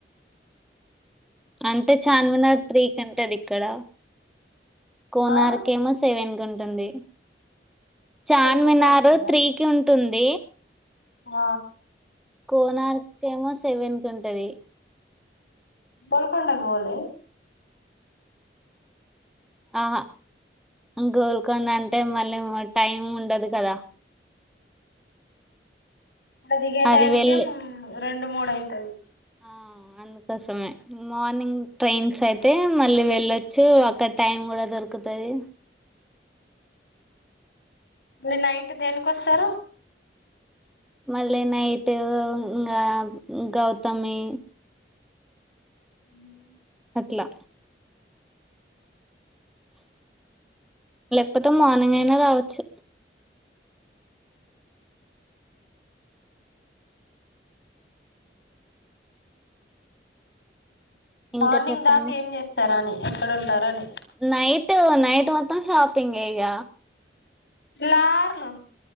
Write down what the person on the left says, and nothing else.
ఆ
పొద్దున్నే వస్తారా
ఆ
గోల్కొండకి పోలే.
దిగే
టయానికి
రెండు, మూడు అయితది. <inaudible>
<inaudible> మళ్ళీ నైట్ దేనికొస్తారు
ఉ
మార్నింగ్
దాకా ఏం చేస్తారా అని ఎక్కడ ఉంటారని
తెల్లార్లు